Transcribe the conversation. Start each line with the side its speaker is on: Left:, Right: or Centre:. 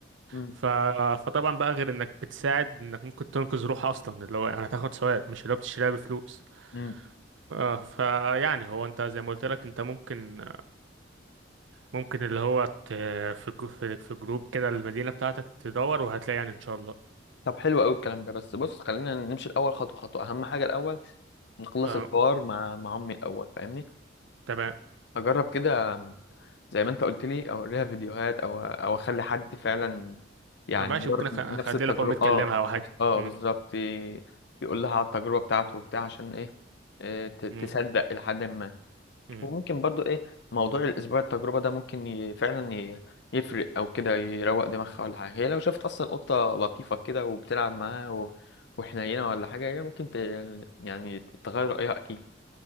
Left: مم.
Right: ف... فطبعا بقى غير انك بتساعد انك ممكن تنقذ روح اصلا اللي هو يعني هتاخد ثواب مش اللي هو بتشتريها بفلوس
Left: مم.
Right: آه، فيعني هو انت زي ما قلت لك انت ممكن ممكن اللي هو ت... في جو... في في جروب كده المدينه بتاعتك تدور وهتلاقي يعني ان شاء الله
Left: طب حلو قوي الكلام ده بس بص خلينا نمشي الاول خطوه خطوه اهم حاجه الاول نخلص
Right: آه،
Left: الحوار مع مع امي الاول فاهمني
Right: تمام
Left: اجرب كده زي ما انت قلت لي او اوريها فيديوهات او او اخلي حد فعلا يعني
Right: ماشي
Left: يمر
Right: ممكن أخ- اخلي
Left: نفس التجربه
Right: لك اقوم اتكلمها
Left: اه
Right: او حاجه
Left: اه
Right: مم.
Left: بالظبط ي- يقول لها على التجربه بتاعته وبتاع عشان ايه إيه، ت- تصدق
Right: مم.
Left: لحد ما
Right: مم.
Left: وممكن برضو ايه موضوع الاسبوع التجربه ده ممكن ي... فعلا ي... يفرق او كده يروق دماغها ولا حاجه هي لو شافت اصلا قطه لطيفه كده وبتلعب معاها و... وحنينه ولا حاجه هي ممكن ت... يعني تغير رايها اكيد